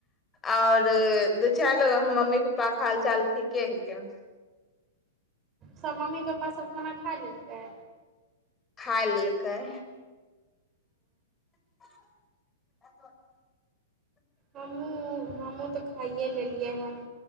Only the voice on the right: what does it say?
सभ मम्मी पप्पासभ खाना खा लेलकै
हमहूँ हमहहुूँ तऽ खाइए लेलियै हन